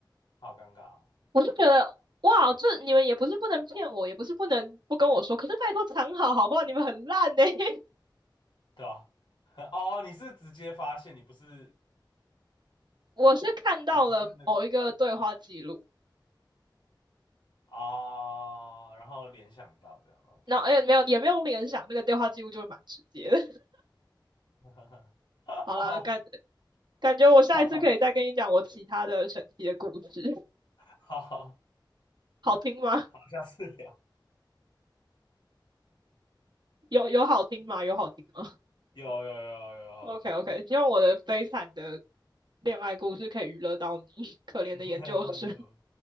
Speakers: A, on the left; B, on the right.
A: 好尴尬哦，
B: 我就觉得哇，这你们也不是不能骗我，也不是不能不跟我说，可是拜托藏好好不好？你们很烂呢、<laughs>
A: 对吧？<laughs> 哦，你是直接发现，你不是
B: 我是看到了某一个对话记录，
A: 你不是那个哦，然后联想到这样，OK，
B: 那哎没有也没有联想，那个对话记录就是蛮直接的。
A: <laughs>
B: 好了，
A: 哦，
B: 感感觉我下一次可以再跟你讲我其他的神奇的故事，
A: 好好好，好，
B: 好听吗？
A: 下次聊，
B: 有有好听吗？有好听吗
A: 有有有有，好听，
B: ？OK OK，希望我的悲惨的恋爱故事可以娱乐到你，可怜的研究生。
A: <laughs> 没有，
B: <laughs>